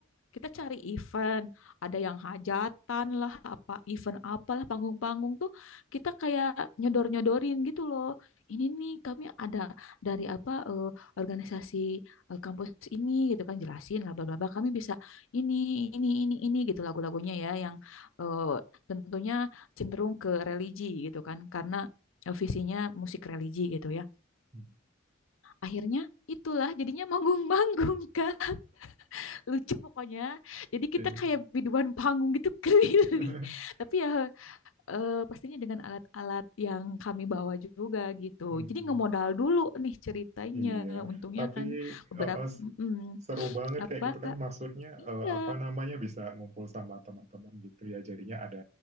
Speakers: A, on the left; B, on the right.
A: kita cari event ada yang hajatan lah apa event apalah panggung-panggung tuh kita kayak nyodor-nyodorin gitu loh ini nih kami ada dari apa eh, organisasi eh, kampus ini gitu kan jelasin lah bla bla bla kami bisa ini ini ini ini gitu lagu-lagunya ya yang eh, tentunya cenderung ke religi gitu kan karena eh, visinya musik religi gitu ya
B: Hmm.
A: akhirnya itulah jadinya manggung-manggung <laughs> Kak. Lucu pokoknya. Jadi kita
B: <laughs> Iya.
A: kayak biduan panggung gitu <laughs> keliling.
B: <laughs>
A: Tapi ya eh, pastinya dengan alat-alat yang kami bawa juga gitu.
B: Hmm.
A: Jadi ngemodal dulu nih ceritanya.
B: Iya,
A: Untungnya
B: tapi
A: kan beberapa
B: eh, eh, s-
A: mm,
B: seru banget
A: apa
B: kayak gitu
A: Kak?
B: kan maksudnya
A: Iya.
B: eh, apa namanya bisa ngumpul sama teman-teman gitu ya. Jadinya ada